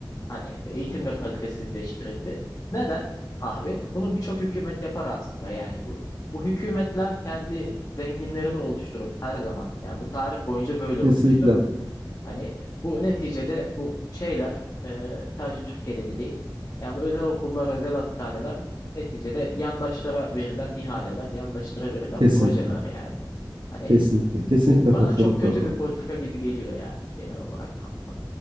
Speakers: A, on the left; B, on the right.
A: Hani eğitim de kalitesizleştirildi. Neden? Abi bunu birçok hükümet yapar aslında yani. Bu, bu hükümetler kendi zenginlerini oluşturur her zaman. Yani bu tarih boyunca böyle
B: Kesinlikle.
A: olmuştur. Hani bu neticede bu şeyler e, sadece Türkiye'de de değil. Yani bu özel okullar, özel hastaneler neticede yandaşlara verilen ihaleler, yandaşlara verilen
B: Kesinlikle.
A: projeler yani. Hani
B: Kesinlikle. Kesinlikle
A: bu
B: katılıyorum
A: bana çok
B: kanka.
A: kötü bir politika gibi geliyor ya genel olarak kanka.